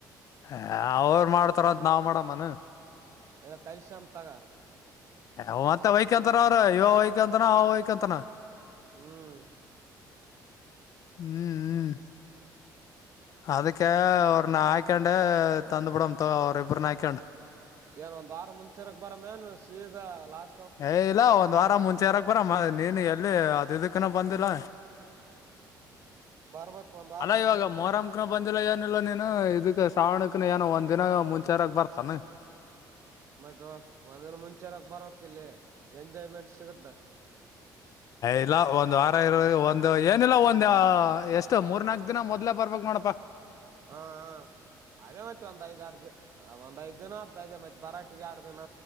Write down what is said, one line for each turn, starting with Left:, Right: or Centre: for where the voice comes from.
Left: ಹ ಅವರು ಮಾಡ್ತಾರ ಅಂತ ನಾವ್ ಮಾಡಮ್ಮನ್
Right: ಇಲ್ಲ ಕಲ್ಸಾಮ ತಗ
Left: ಯ ಮತ್ತೆ ವೈಕಂತರ ಅವ್ರರು ಇವ ವೈಕಂತನ ಅವ ವೈಕಂತನ
Right: ಹ್ಮ್
Left: ಹ್ಮ್ ಹ್ಮ್ ಅದಕ್ಕೆ ಅವ್ರ ನಾ ಆಯಕಾೊಂಡೆ ತಂದು ಬಿಡ ತ ಅವ ಎಬ್ಬ್ರ ನ ಆಯಕಾೊಂಡೆ
Right: ಏನ್ ಒಂದ್ ವಾರ ಮುಂಚೆರಕ್ ಬರ ಮೇನ್ ಸೀದ ಲಾಸ್
Left: ಏ್ ಇಲ್ಲ ಒಂದ್ ವಾರ ಮುಂಚೆ ಚರಕ್ ಬರ ಮ ನೀನು ಎಲ್ಲಿ ಹದೈದಕ್ಕನ ಬಂದಿಲ್ಲ
Right: ಬರ್ಬೇಕ್ ಒಂದ್ ವಾರ
Left: ಅಲ
Right: ಮುಂಚೆರಕ್
Left: ಇವಾಗ ಮೊರಂಕನ ಬಂದ ಇಲ್ಲ ಏನಲ್ಲ ನೀನು ಇದಕ್ಕೆ ಶ್ರಾವಣಕ್ನ ಏನೋ ಒಂದ್ಿನ ಮುಂಚೆರಾಗ ಬರ್ತಾನ
Right: ಮಯ್ತು ಒಂದಿನ ಮುಂಚೆರಕ್ ಬರೋಕ ಇಲ್ಲಿ ಎಂಜಾಯ್ಮೆಂಟ್ ಸಿಗುತ್ತ
Left: ಇಲ್ಲ ಒಂದ್ ವಾರ ಇರೋದು ಒಂದು ಏನಿಲ್ಲ ಒಂದ ಎಷ್ಟು ಮೂರ್ ನಾಲ್ಕ ದಿನ ಮೊದ್ಲೆೇ ಬರ್ಬೇಕಕ್ ನೋಡಪಾ
Right: ಹಾ ಅದೇ ಮತ್ತೆ ಒಂದ್ ಐದ್ರ್ ಒಂದ್ ಐದ್ ದಿನ ಅದದೇ ಮತ್ತೆ ಬರಾ ಎಗಾರ ದಿನ